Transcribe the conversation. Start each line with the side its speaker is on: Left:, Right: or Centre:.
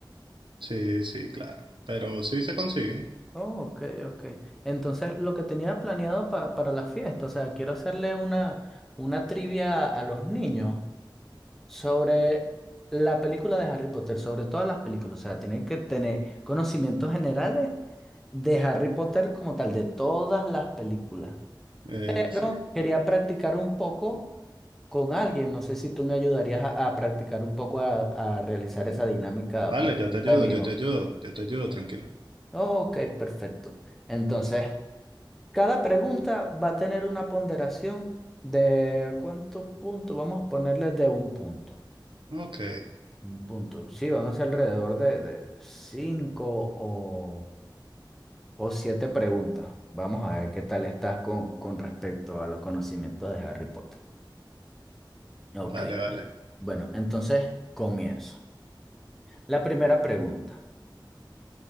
Right: Sí, sí, claro. Pero sí se consiguen.
Centre: Oh, ok, ok. Entonces, lo que tenía planeado pa- para la fiesta, o sea, quiero hacerle una, una trivia a los niños sobre la película de Harry Potter, sobre todas las películas. O sea, tienen que tener conocimientos generales de Harry Potter como tal, de todas las películas.
Right: Eh,
Centre: Pero
Right: sí.
Centre: quería practicar un poco con alguien. No sé si tú me ayudarías a, a practicar un poco a, a realizar esa dinámica
Right: Vale,
Centre: para
Right: yo
Centre: la fiesta
Right: te ayudo,
Centre: de mi
Right: yo
Centre: hijo.
Right: te ayudo, yo te ayudo, tranquilo.
Centre: Oh, ok, perfecto. Entonces. Cada pregunta va a tener una ponderación de cuántos puntos, vamos a ponerle de un punto.
Right: Ok,
Centre: Un punto. Sí, van a ser alrededor de, de cinco o, o siete preguntas. Vamos a ver qué tal estás con, con respecto a los conocimientos de Harry Potter. Ok,
Right: vale, vale.
Centre: bueno, entonces comienzo. La primera pregunta.